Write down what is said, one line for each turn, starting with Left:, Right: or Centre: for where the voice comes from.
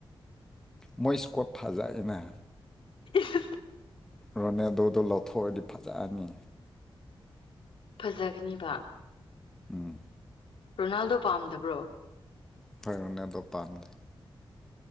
Centre: ꯃꯣꯏ ꯏꯁ꯭ꯀꯣꯞ ꯊꯥꯖꯥꯏ ꯑꯦꯅꯥ
Left: ꯏ
Centre: ꯔꯣꯅꯦꯗꯣꯗꯣ ꯂꯧꯊꯣꯛꯑꯗꯤ ꯐꯖꯑꯅꯤ
Left: ꯐꯖꯛꯅꯤꯕ
Centre: ꯎꯝ
Left: ꯔꯣꯅꯥꯜꯗꯣ ꯄꯥꯝꯗꯕ꯭ꯔꯣ
Centre: ꯐꯔꯅꯦ ꯑꯗꯣ ꯄꯥꯝꯗꯦ